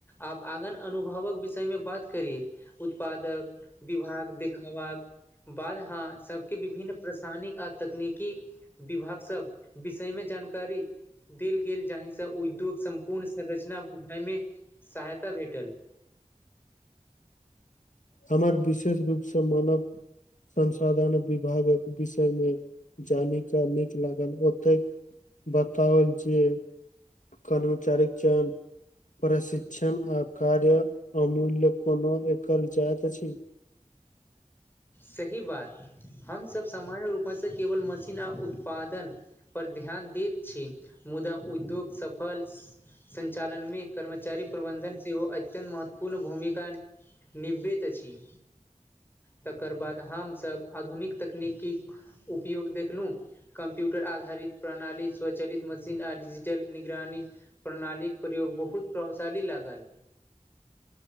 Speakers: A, on the left (about 15°); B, on the left (about 80°).
A: आब आङ्गन अनुभवक विषयमे बात करी उत्पादक विभाग देखबाक बाद हां सबके विभिन्न रासायनिक आ तकनीकी विभाग सब विषय मे जानकारी देल गेल जाहिसँ उद्योग सम्पूर्ण संरचना बुझाइ मे सहायता भेटल
B: हमर विशेष रूपसँ मानव संसाधन विभागक विषय मे जानिका नीक लागल ओतै बताउल जे कर्मचारीक चयन प्रशिक्षण आ कार्य अमूल्य कोनो एकल जेत अछि
A: सही बात हमसभ सामाय रूपे सँ केवल मशीन आ उत्पादन पर ध्यान दीत छी मुदा उद्योग सफल संचालनमे कर्मचारी प्रबंधन सेहो अत्यन्त महत्वपूर्ण भूमिका निवृत अछि तकर बाद हमसभ आधुनिक तकनीकीक उपयोग देखलहुँ कम्प्यूटर आधारित प्रणाली स्वचलित मशीन आ डिजिटल निगरानी प्रणालीक प्रयोग बहुत प्रभावशाली लागल